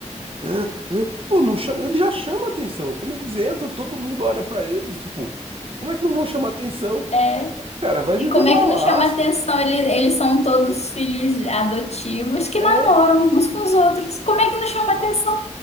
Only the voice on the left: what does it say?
É.
E
como
é
que não chama atenção? Ele, eles são todos filhos adotivos que namoram
uns com os outros. Como é que não chama atenção?